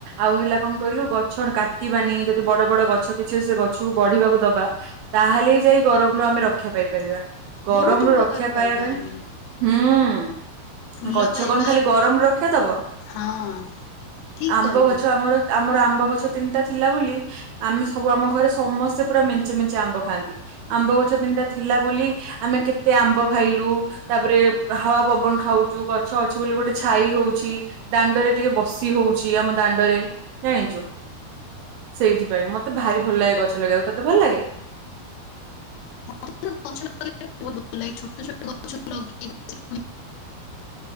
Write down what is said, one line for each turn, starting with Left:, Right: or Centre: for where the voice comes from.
Right: ଆଉ ହେଲା କଣ କହିଲୁ ଗଛ କାଟିବାନି ଯଦି ବଡ ବଡ ଗଛ ନି ସେ ଗଛକୁ ବଢିବାକୁ ଦବା ତାହେଲେ ଯାଇ ଗରମରୁ ଆମେ ରକ୍ଷା ପାଇପାରିବା। ଗରମରୁୁ
Left: ବହୁତ ଉପକାର
Right: ରକ୍ଷା ପାଇବା ପାଇଁ
Left: ଆମେ
Right: ହୁଁ
Left: ଫୁଲ
Right: ଗଛ
Left: ପାଇବା
Right: କଣ ଖାଲି ଗରମରୁ ରକ୍ଷା ଦବ
Left: ହଁ ଠିକ
Right: ଆମ୍ବ
Left: କହିଲୁ
Right: ଗଛ ଆମର ଆମର ଆମ୍ବ ଗଛ ତିନିଟା ଥିଲା ବୋଲି ଆମେ ସବୁ ଆମ ଘରେ ସମସ୍ତେ ପୁରା ମେଞ୍ଚେ ମେଞ୍ଚେ ଆମ୍ବ ଖାଆନ୍ତି ଆମ୍ବ ଗଛ ତିନିଟା ଥିଲା ବୋଲି ଆମେ କେତେ ଆମ୍ବ ଖାଇଲୁ ତାପରେ ହାୱା ପବନ ଖାଉଛୁ ଗଛ ଅଛି ବୋଲି ଗୋଟେ ଛାଇ ହଉଛି ଦାଣ୍ଡରେ ଟିକେ ବସି ହଉଛି ଆମ ଦାଣ୍ଡରେ ଜାଣିଛୁ ସେଇଥିପାଇ ମତେ ତେ ଭାରି ଭଲ ଲାଗେ ଗଛ ଲଗେଇବାକୁ ତତେ ଭଲ ଲାଗେ?
Left: ମୋତେ ଗଛ ଲଗେଇବାକୁ ବହୁତ ଭଲ ଲାଗେ ଛୋଟ ଛୋଟ ଗଛ ଲଗେଇଛି।